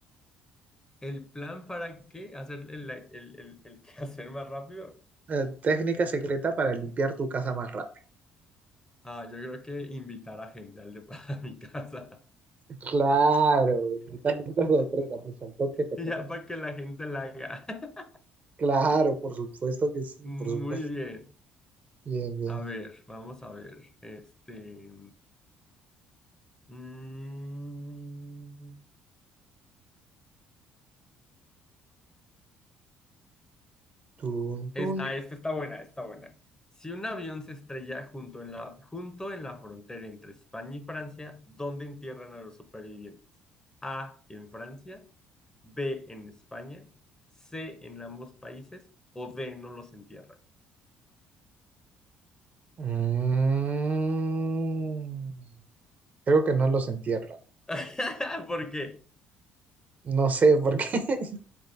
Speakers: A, on the left; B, on the right.
A: El plan para qué hacer el, el, el, el <laughs> quehacer más rápido,
B: Eh, técnica secreta para limpiar tu casa más rápido.
A: ah, yo creo que invitar a gente al de- <laughs> a mi casa,
B: Claro, güey, ahorita necesitas sorpresa, pues al toque te
A: y
B: pones.
A: ya para que la gente la haga. <laughs>
B: Claro, por supuesto que sí,
A: Muy
B: por supuesto.
A: bien.
B: Bien, bien.
A: A ver, vamos a ver. Este. mm,
B: Tun,
A: esta,
B: tun.
A: esta está buena, está buena. Si un avión se estrella junto en la, junto en la frontera entre España y Francia, ¿dónde entierran a los supervivientes? A, en Francia, B en España, C en ambos países o D no los entierran.
B: Mm. Creo que no los entierran.
A: <laughs> ¿Por qué?
B: No sé por qué, <laughs>